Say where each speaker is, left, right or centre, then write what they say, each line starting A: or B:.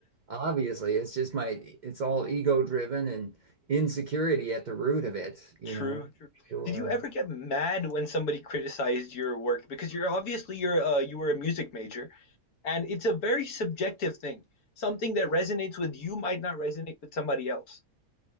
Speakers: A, on the right; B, on the left.
A: obviously it's just my it's all ego driven and insecurity at the root of it,
B: <laughs>
A: you
B: True,
A: know.
B: true.
A: Sure.
B: Did you ever get mad when somebody criticized your work? Because you're obviously you're uh, you were a music major, and it's a very subjective thing. Something that resonates with you might not resonate with somebody else.